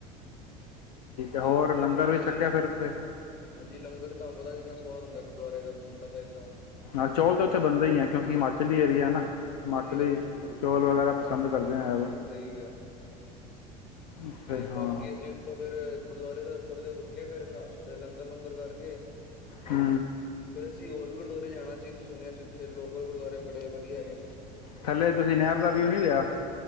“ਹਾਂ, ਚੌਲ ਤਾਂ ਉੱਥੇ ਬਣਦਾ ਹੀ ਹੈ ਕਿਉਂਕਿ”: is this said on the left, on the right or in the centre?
Left